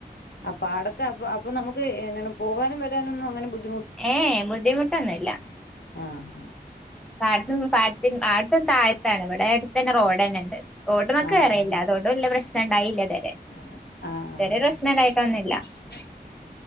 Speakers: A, on the left (about 80°); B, in the centre.
A: അപ്പൊ പാടത്തെ അപ്പൊ നമുക്ക് എങ്ങണ് പോകാനും വരാനൊന്നും അങ്ങനെ ബുദ്ധി
B: ഏ ബുദ്ധിമുട്ടൊന്നുമില്ല
A: ആഹ
B: പാടത്ത പാ പാടുത്തും താഴത്താണ് ഇവിടെ അടുത്ത് തന്നെ റോഡ് തന്നെ ഉണ്ട് റോട്ടും മക്ക
A: ആഹ്
B: കറിയില്ല അതോണ്ട് വല്ല പ്രശ്നം ഉണ്ടായില്ല ഇതുവരെ
A: ആഹ
B: ഇതുവരെ
A: ആഹ്
B: പ്രശ്നം ഉണ്ടായിട്ടൊന്നുല്ല
A: ആഹ